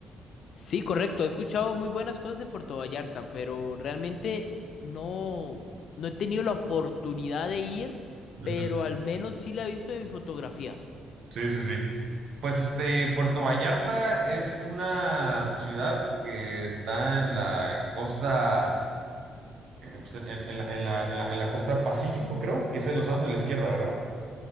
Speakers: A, on the left (about 65°); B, on the right (about 65°).
A: Sí, correcto, he escuchado muy buenas cosas de Puerto Vallarta, pero realmente no, no he tenido la oportunidad de ir,
B: Ujú.
A: pero al menos sí la he visto en mi fotografía,
B: Sí, sí, sí. Pues este, Puerto Vallarta es una ciudad que está en la costa eh, pues, en, en- en la, en la- en la- en la costa Pacífico, creo, que es el océano de la izquierda, ¿verdad?